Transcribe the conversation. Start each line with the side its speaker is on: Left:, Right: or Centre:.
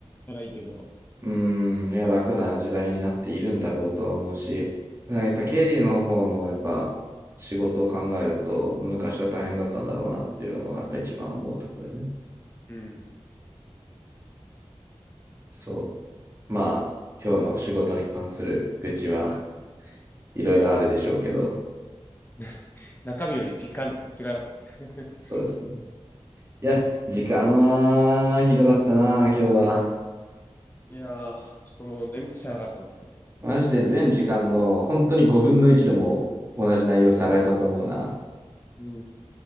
Left: ならいいけど、
Right: うーん、
Left: っていうね
Right: いや、楽な時代になっているんだろうとは思うし、だからやっぱ経理の方のやっぱ仕事を考えると、昔は大変だったんだろうなっていうのが、まあやっぱ一番思うところだよね。
Left: うん。
Right: そう。まあ、今日の仕事に関する愚痴はいろいろあるでしょうけど、
Left: <laughs> 中身より実感とかそっち側だった。<laughs>
Right: そうですね。いや、時間はひどかったな、今日は。
Left: いやー、ちょっともう眠くてしゃあなかったっすね。
Right: マジで全時間の本当に5分の1でも同じ内容さられたと思うな、
Left: うん。